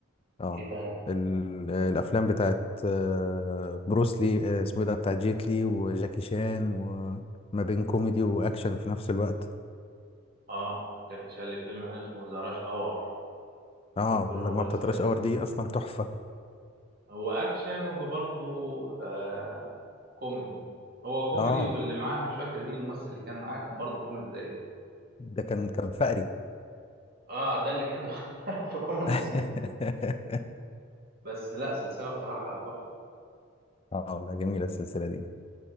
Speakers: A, on the left (about 30°); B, on the right (about 50°).
A: اه
B: إيه تاني؟
A: ال- الافلام بتاعت آه، بروس لي آه، اسمه إيه ده بتاع جيت لي وجاكي شان وما بين كوميدي واكشن في نفس الوقت
B: آه جاكي شان ليه فيلم حلو اسمه ذا راش أور
A: اه
B: بيكون
A: والمجموعه
B: هو ويل
A: بتاعت
B: سميث
A: راش اور دي اصلا تحفه
B: هو أكشن وبرضه آه كوميدي هو كوميدي
A: اه
B: واللي معاه أنا مش فاكر مين الممثل اللي كان معاه كان برضه كوميدي زيه
A: ده كان كان فقري
B: آه ده اللي كان معاه <laughs> في كل مصيبة
A: <laughs>
B: بس لا سلسلة بصراحة تحفة
A: اه لا جميله السلسله دي